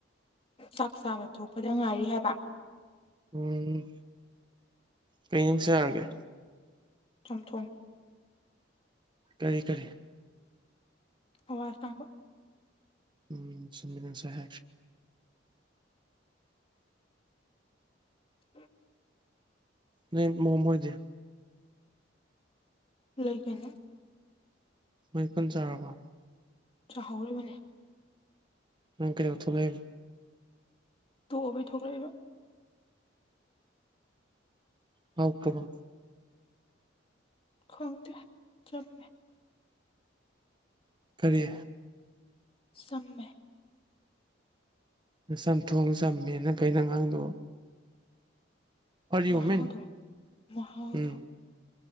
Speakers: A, on the left (about 30°); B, on the right (about 25°).
A: ꯆꯥꯛ ꯆꯥꯕ ꯊꯣꯛꯄꯗ ꯉꯥꯏꯔꯤ ꯍꯥꯏꯕ
B: ꯎꯝ ꯀꯩ <unintelligible> ꯆꯥꯔꯒꯦ
A: ꯆꯝꯊꯣꯡ
B: ꯀꯔꯤ ꯀꯔꯤ
A: ꯍꯋꯥꯏ ꯑꯁꯥꯡꯕ
B: ꯎꯝ ꯆꯨꯝꯃꯦ ꯅꯪ <unintelligible> ꯍꯥꯏꯈ꯭ꯔꯦ
A: <inaudible>
B: ꯅꯣꯏ ꯃꯣꯝ ꯍꯣꯏꯗꯤ
A: ꯂꯩ ꯀꯩꯅꯣ
B: ꯃꯣꯏ ꯄꯨꯟ ꯆꯥꯔꯕꯣ
A: ꯆꯥꯍꯧꯔꯤꯕꯅꯤ
B: ꯅꯪ ꯀꯩꯗꯧ ꯊꯣꯛꯂꯩ
A: ꯇꯣꯛꯑꯕꯩ ꯊꯣꯛꯂꯛꯏꯕ
B: ꯍꯥꯎꯇ꯭ꯔꯕꯣ
A: ꯈꯪꯗꯦ ꯆꯝꯃꯦ
B: ꯀꯔꯤ
A: ꯆꯝꯃꯦ
B: ꯆꯝꯊꯣꯡ ꯆꯝꯃꯦꯅ ꯀꯩꯅꯣ ꯅꯪ ꯉꯥꯡꯏꯗꯨꯕꯨ <unintelligible>
A: ꯃꯍꯥꯎꯗꯣ ꯃꯍꯥꯎꯗꯣ
B: ꯎꯝ